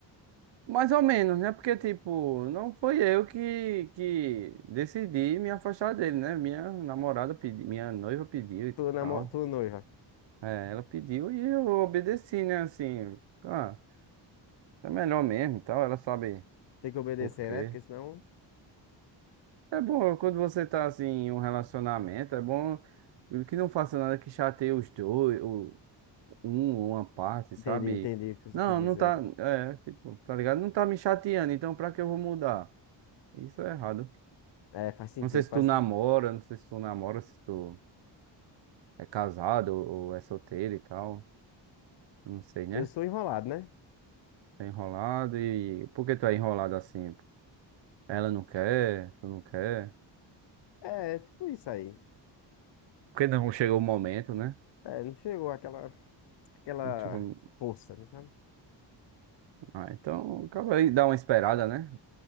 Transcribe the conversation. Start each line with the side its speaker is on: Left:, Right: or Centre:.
Right: Mais ou menos, né? Porque, tipo, não foi eu que, que decidi me afastar dele, né? Minha namorada pediu, minha noiva pediu e
Left: Tu, namo...
Right: tal.
Left: tu noiva.
Right: É, ela pediu e eu obedeci, né? Assim, ah, é melhor mesmo e tal. Ela sabe
Left: Tem que obedecer,
Right: por quê.
Left: né? Porque senão.
Right: É bom quando você tá, assim, em um relacionamento, é bom que não faça nada que chateie os dois, o, um, uma parte,
Left: Entendi,
Right: sabe?
Left: entendi o que você
Right: Não,
Left: quis dizer.
Right: não tá, é, tipo, tá ligado? Não tá me chateando, então pra que eu vou mudar? Isso é errado.
Left: É, faz sentido,
Right: Não sei se
Left: faz
Right: tu namora,
Left: sentido.
Right: não sei se tu namora, se tu é casado ou, ou é solteiro e tal. Não sei, né?
Left: Eu sou enrolado, né?
Right: Tá enrolado e. Por que tu é enrolado assim? Ela não quer, tu não quer.
Left: É, é tipo isso aí.
Right: Porque não chegou o momento, né?
Left: É, não chegou aquela, aquela
Right: Não chegou-
Left: força, né? sabe?
Right: Ah, então acaba aí, dá uma esperada, né?